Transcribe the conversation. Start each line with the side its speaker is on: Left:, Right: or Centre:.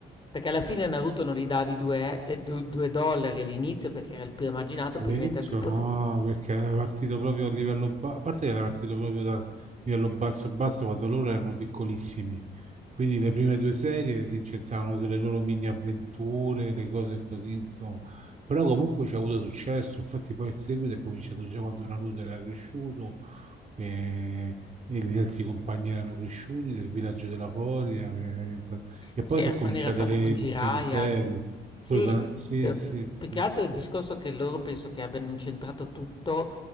Left: perché alla fine a Naruto non gli davi 2 e du 2 dollari all'inizio perché era il più emarginato,
Right: All'inizio
Left: poi diventa il più pote
Right: no, perché era partito proprio a livello basso, a parte che era partito proprio da livello basso e basso quando loro erano piccolissimi, quindi le prime due serie si incentravano sulle loro mini avventure, le cose così, insomma, però comunque ci ha avuto successo, infatti poi il seguito è cominciato già quando Naruto era cresciuto e, e gli altri compagni erano cresciuti del villaggio della Foglia, che era diventato- e
Left: Sì,
Right: poi
Left: era
Right: sono cominciate
Left: quando era stato
Right: le
Left: con Jiraiya.
Right: missioni serie.
Left: Sì,
Right: Pure con- Sì,
Left: d
Right: sì, sì,
Left: più che altro
Right: sì.
Left: il discorso che loro penso che abbiano incentrato tutto